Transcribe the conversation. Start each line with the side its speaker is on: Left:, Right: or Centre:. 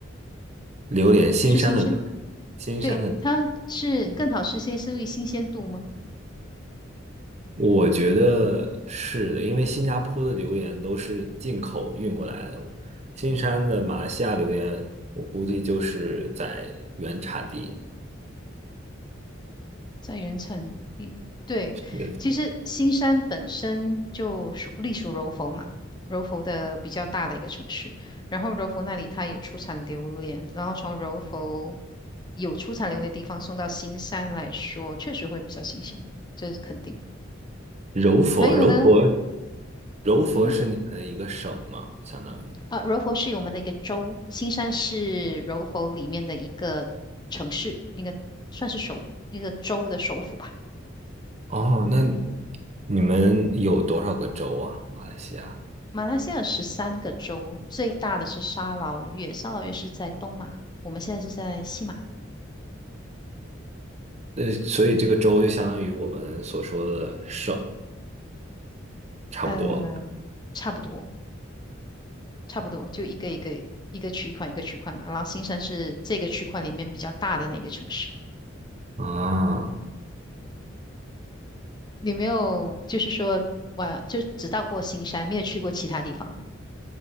Right: 榴莲，新山的榴
Left: 是新鲜，
Right: 新山的，
Left: 对，它是更好吃些，
Right: 嗯，
Left: 是因为新鲜度吗？
Right: 我觉得是的，因为新加坡的榴莲都是进口运过来的，新山的马来西亚榴莲，我估计就是在原产地。
Left: 在原产地，对，
Right: 是的
Left: 其实新山本身就属隶属柔佛嘛，柔佛的比较大的一个城市。然后柔佛那里它有出产榴莲，然后从柔佛有出产榴莲的地方送到新山来说，确实会比较新鲜，这是肯定。
Right: 柔佛，
Left: 还有呢，
Right: 柔佛柔佛是你们的一个省吗？
Left: 嗯哼，
Right: 相当于。
Left: 啊，柔佛是我们的一个州，新山是柔佛里面的一个城市，应该算是首一个州的首府吧。
Right: 哦，那你们有多少个州啊？马来西亚？
Left: 马来西亚有十三个州，最大的是沙劳越，沙劳越是在东马，我们现在是在西马，
Right: 呃，所以这个州就相当于我们所说的省，差不多。
Left: 呃，差不多，差不多，就一个一个一个区块一个区块嘛。然后新山是这个区块里面比较大的那个城市。
Right: 啊，
Left: 你没有就是说玩，就只到过新山，没有去过其他地方。